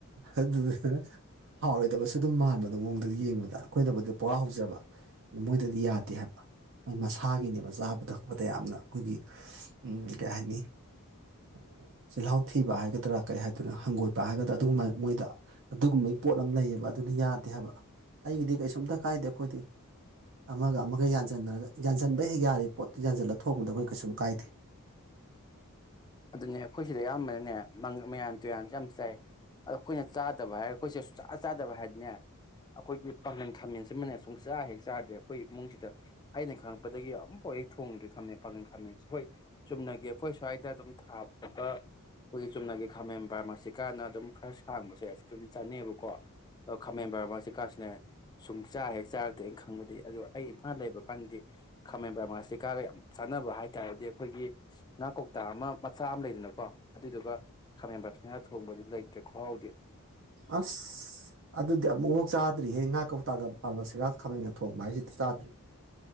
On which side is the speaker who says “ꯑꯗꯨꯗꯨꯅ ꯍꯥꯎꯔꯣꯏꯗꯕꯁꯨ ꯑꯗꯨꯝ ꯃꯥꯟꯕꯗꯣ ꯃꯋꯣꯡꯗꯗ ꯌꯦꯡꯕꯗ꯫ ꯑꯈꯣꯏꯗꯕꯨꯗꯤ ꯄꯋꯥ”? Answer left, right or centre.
Right